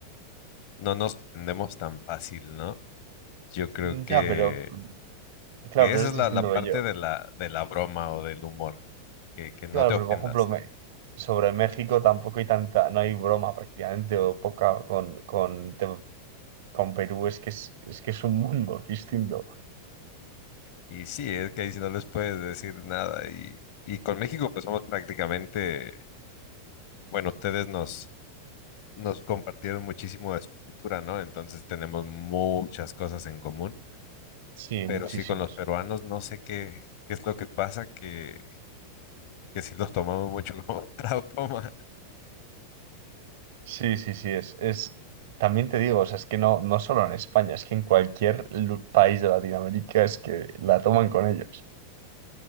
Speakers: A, on the left (about 45°); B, on the right (about 55°).
A: no nos prendemos tan fácil, ¿no? Yo creo
B: Mm,
A: que,
B: Ya, pero Claro,
A: que
B: pero
A: esa
B: es
A: es la,
B: distinto
A: la parte
B: que yo.
A: de la, de la broma o del humor, que, que no
B: Claro,
A: te
B: pero
A: ofendas.
B: por ejemplo, me- sobre México tampoco hay tanta, no hay broma prácticamente, o poca con, con, te- con Perú, es que es, es que es un mundo <laughs> distinto.
A: Y sí, es que ahí sí no les puedes decir nada. Y, y con México, pues somos prácticamente, bueno, ustedes nos, nos compartieron muchísimo de su cultura, ¿no? Entonces tenemos muchas cosas en común.
B: Sí,
A: Pero
B: muchísimos.
A: sí, con los peruanos no sé qué, qué es lo que pasa, que, que sí los tomamos mucho como <laughs> para broma.
B: Sí, sí, sí, es, es, también te digo, o sea, es que no, no solo en España, es que en cualquier lu- país de Latinoamérica es que la toman con ellos.